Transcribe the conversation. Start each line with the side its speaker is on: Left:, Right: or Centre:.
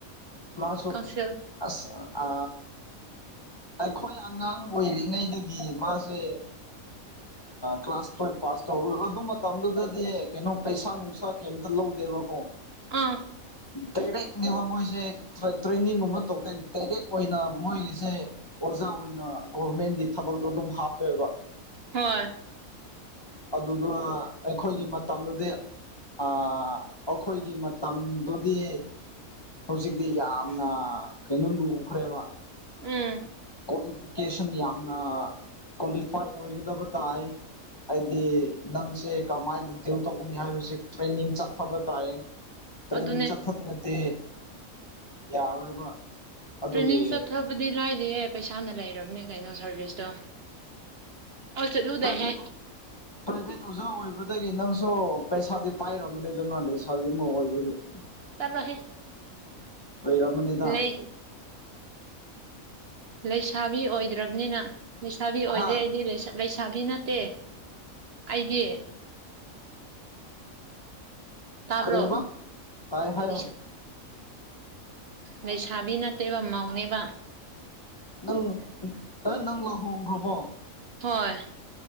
Left: ꯃꯥꯁꯨꯈ
Right: ꯀꯥꯎꯟꯁꯤꯜ
Left: ꯑꯁ ꯑ ꯑꯩꯈꯣꯏ ꯑꯉꯥꯡ ꯑꯣꯏꯔꯤꯉꯩꯗꯒꯤ ꯃꯥꯁꯦ ꯀ꯭ꯂꯥꯁ ꯇꯨꯋꯜꯚ ꯄꯥꯁ ꯇꯧꯔꯣꯏ ꯑꯗꯨ ꯃꯇꯝꯗꯨꯗꯗꯤ ꯀꯩꯅꯣ ꯄꯩꯁꯥ ꯅꯨꯡꯁꯥ ꯀꯝꯇ ꯂ ꯗꯦꯕ ꯀꯣ
Right: ꯑꯥ
Left: ꯇꯔꯦꯛꯅꯦꯕ ꯃꯣꯏꯁꯦ ꯇ꯭ꯔꯦ ꯇ꯭ꯔꯦꯅꯤꯡꯒꯨꯝꯕ ꯇꯧꯗꯦ ꯗꯥꯏꯔꯦꯛ ꯑꯣꯏꯅ ꯃꯣꯏꯁꯦ ꯑꯣꯖꯥ ꯑꯣꯏꯅ ꯒꯣꯔꯃꯦꯟꯒꯤ ꯊꯕꯛꯇꯣ ꯑꯗꯨꯝ ꯍꯥꯞꯄꯦꯕ
Right: ꯍꯣꯏ
Left: ꯑꯗꯨꯗ ꯑ ꯑꯩꯈꯣꯏꯒꯤ ꯃꯇꯝꯗꯨꯗꯤ ꯑ ꯑꯈꯣꯏꯒꯤ ꯃꯇꯝꯗꯨꯗꯤ ꯍꯧꯖꯤꯛꯇꯤ ꯌꯥꯝꯅ ꯀꯩꯅꯣ ꯂꯨꯈ꯭ꯔꯦꯕ
Right: ꯎꯝ
Left: ꯀ꯭ꯋꯥꯂꯤꯐꯤꯀꯦꯁꯟ ꯌꯥꯝꯅ ꯀ꯭ꯋꯥꯂꯤꯐꯥꯏ ꯑꯣꯏꯒꯗꯕ ꯇꯥꯏ ꯍꯥꯏꯗꯤ ꯅꯪꯁꯦ ꯀꯃꯥꯏꯅ ꯗꯤꯜ ꯇꯧꯒꯅꯤ ꯍꯥꯏꯕꯁꯦ ꯇ꯭ꯔꯦꯅꯤꯡ ꯆꯠꯊꯕ ꯇꯥꯏ ꯇ꯭ꯔꯦꯅꯤꯡ
Right: ꯑꯗꯨꯅꯦ
Left: ꯆꯠꯊꯇ꯭ꯔꯗꯤ ꯌꯥꯔꯣꯏꯕ ꯑꯗꯨꯒꯤ
Right: ꯇ꯭ꯔꯦꯅꯤꯡ ꯆꯠꯊꯕꯗꯤ ꯂꯥꯏꯔꯤꯌꯦ ꯄꯩꯁꯥꯅ ꯂꯩꯔꯕꯅꯦ ꯀꯩꯅꯣ ꯁꯥꯔꯚꯤꯁꯇꯣ ꯑꯣ ꯆꯠꯂꯨꯗꯍꯦ
Left: ꯄ‍꯭ꯔꯥꯏꯚꯦꯠ ꯑꯣ ꯄ꯭ꯔꯥꯏꯚꯦꯠ ꯑꯣꯖꯥ ꯑꯣꯏꯕꯗꯒꯤ ꯅꯪꯁꯨ ꯄꯩꯁꯥꯗꯤ ꯄꯥꯏꯔꯝꯃꯅꯤꯗꯅ ꯂꯩꯁꯥꯕꯤ ꯑꯃ ꯑꯣꯏꯕꯒꯤ <unintelligible>
Right: ꯆꯠꯂꯣꯍꯦ
Left: ꯄꯩꯔꯝꯃꯅꯤꯗ
Right: ꯂꯩ ꯂꯩꯁꯥꯕꯤ ꯑꯣꯏꯗ꯭ꯔꯕꯅꯤꯅ ꯂꯩꯁꯥꯕꯤ ꯑꯣꯏꯗ꯭ꯔꯦ
Left: ꯍꯥ
Right: ꯑꯩꯗꯤ ꯂꯩꯁꯥ ꯂꯩꯁꯥꯕꯤ ꯅꯠꯇꯦ ꯑꯩꯗꯤ ꯇꯥꯕ꯭ꯔꯣ
Left: ꯀꯔꯤꯕ ꯇꯥꯏ ꯍꯥꯏꯌꯣ
Right: <unintelligible> ꯂꯩꯁꯥꯕꯤ ꯅꯠꯇꯦꯕ ꯃꯧꯅꯦꯕ
Left: ꯅꯪ ꯍ ꯅꯪ ꯂꯍꯣꯡꯒ꯭ꯔꯕꯣ
Right: ꯍꯣꯏ